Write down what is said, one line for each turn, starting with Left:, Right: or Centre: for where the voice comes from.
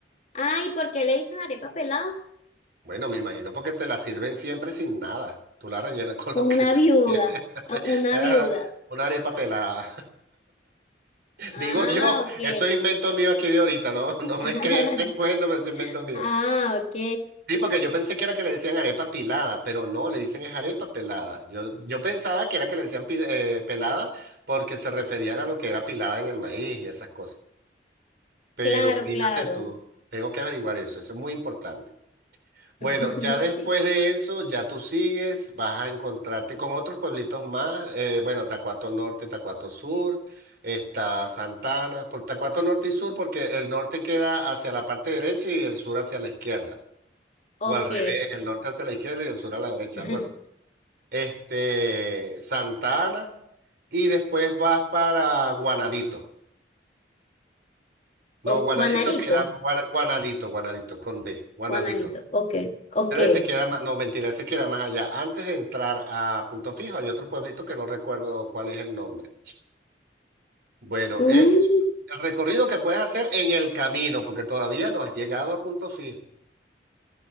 Left: Ay, ¿por qué le dicen arepa pelada?
Right: Bueno, me imagino porque te la sirven siempre sin nada. Tú la rellenas <laughs> con
Left: Como
Right: lo que
Left: una
Right: tú
Left: viuda,
Right: quieras. <laughs>
Left: ah, una
Right: Eh,
Left: viuda.
Right: Una arepa pelada. <laughs>
Left: Ah,
Right: Digo yo,
Left: ok.
Right: eso es invento mío aquí de ahorita, no, <laughs> no
Left: <laughs>
Right: me creas ese cuento, pero es invento mío.
Left: Ah, ok.
Right: Sí, porque yo pensé que era que le decían arepa pilada, pero no, le dicen es arepa pelada. Yo, yo pensaba que era que le decían pi- eh, pelada porque se referían a lo que era pilada en el maíz y esas cosas. Pero
Left: Claro,
Right: fíjate
Left: claro.
Right: tú, tengo que averiguar eso, eso es muy importante. Bueno,
Left: <laughs>
Right: ya después
Left: Sí.
Right: de eso, ya tú sigues, vas a encontrarte con otros pueblitos más. eh, bueno, Tacuato Norte, Tacuato Sur, está Santana, por Tacuato Norte y Sur, porque el norte queda hacia la parte derecha y el sur hacia la izquierda.
Left: Ok.
Right: O al revés, el norte hacia la izquierda y el sur a la derecha,
Left: <laughs>
Right: algo así. Este, Santana, y después vas para Guanadito. No,
Left: O
Right: Guanadito
Left: Juanarito.
Right: queda, Guana- Guanadito, Guanadito, con D, Guanadito.
Left: Juanalito. Ok. Ok.
Right: Pero se queda más, no, mentira, se queda más allá. Antes de entrar a Punto Fijo hay otro pueblito que no recuerdo cuál es el nombre. Bueno,
Left: Mm,
Right: es el recorrido que puedes hacer en el camino, porque todavía no has llegado a Punto Fijo.